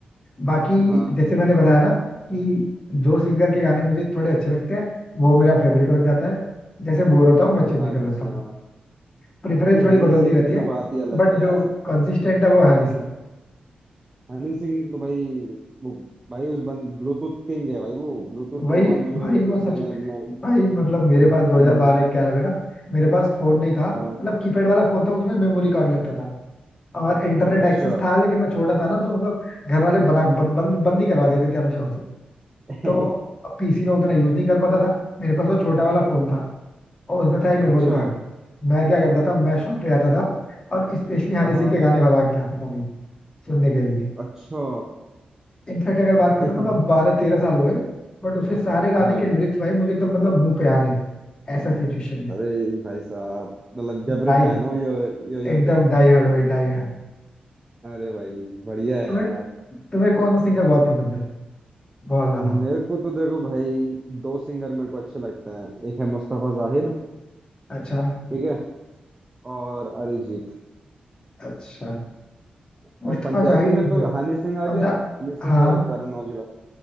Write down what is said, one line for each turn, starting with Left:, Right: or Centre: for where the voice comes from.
Left: बाकी
Right: हाँ
Left: जैसे मैंने बताया ना कि जो सिंगर के गाने मुझे थोड़े अच्छे लगते हैं वो मेरा फेवरेट बन जाता है जैसे बोर होता हूँ मैं चेंज
Right: अच्छा
Left: कर देता हूँ प्रेफरेंस
Right: नहीं
Left: थोड़ी
Right: हनी
Left: बदलती
Right: सिंह
Left: रहती
Right: की तो
Left: है
Right: बात ही अलग
Left: बट
Right: है यार
Left: जो कंसिस्टेंट है वो हनी सिंह
Right: हनी सिंह तो भाई वो भाई उस बंद ब्लूटूथ किंग है भाई वो ब्लूटूथ
Left: वही
Right: के जमाने में
Left: भाई
Right: उस
Left: वो
Right: बंदे
Left: सच
Right: ने अपने
Left: भाई मतलब मेरे
Right: हम्म,
Left: पास 2012 11 में ना मेरे पास फोन नहीं था मतलब
Right: हाँ
Left: कीपैड वाला फोन था उसमें मेमोरी कार्ड लगता था और इंटरनेट
Right: अच्छा
Left: एक्सेस था लेकिन मैं छोटा था ना तो मतलब घर वाले बना बंद बंद बंद ही करवा देते थे हमेशा उसे
Right: <laughs>
Left: तो पीसी में उतना यूज नहीं कर पाता था मेरे पास वो छोटा वाला फोन था और उसमें था एक मेमोरी
Right: अच्छा
Left: कार्ड मैं क्या करता था मैं शॉप पे आता था और स्पेशली हनी
Right: हाँ
Left: सिंह के गाने भरवा के लाता था भाई सुनने के लिए
Right: अच्छा
Left: इनफैक्ट अगर बात करो
Right: <laughs>
Left: मतलब बारह तेरह साल हो गए बट उसके सारे गाने
Right: हाँ
Left: के लिरिक्स भाई मुझे एकदम मतलब मुंह पे याद है ऐसा सिचुएशन में
Right: अरे भाई साहब मतलब जबरे
Left: डाई
Right: फैन हो यो यो यो
Left: एकदम
Right: के
Left: डाई हार्ड भाई डाई हार्ड
Right: अरे भाई बढ़िया है
Left: तुम्हें
Right: यार
Left: तुम्हें कौन सा सिंगर बहुत पसंद है बहुत ज्यादा
Right: मेरे को तो देखो भाई दो सिंगर मेरे को अच्छे लगते हैं एक है मुस्तफा जाहिद
Left: अच्छा
Right: ठीक है और अरिजीत
Left: अच्छा मुस्तफा
Right: और पंजाबी
Left: जाहिर
Right: में तो हनी सिंह आ
Left: पंजाब
Right: गया हनी सिंह
Left: हाँ
Right: और करण औजला